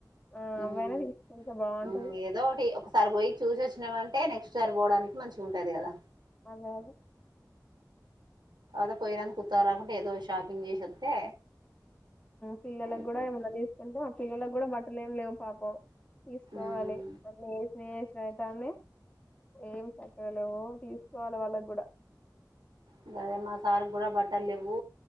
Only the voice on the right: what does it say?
హ్మ్మ్
హ్మ్మ్ ఏదో ఒకటి ఒక ఒక్కసారి పోయి చూసి వచ్చినామంటే నెక్ట్ సారి పోవడానికి మంచిగా ఉంటాది కదా
అద పోయినంత కుత్తా రాకుండా ఏదో షాపింగ్ చేసి వస్తే
అయిపోతది
హ్మ్
ఇంకాదే మా సార్కి కూడా బట్టలు లేవు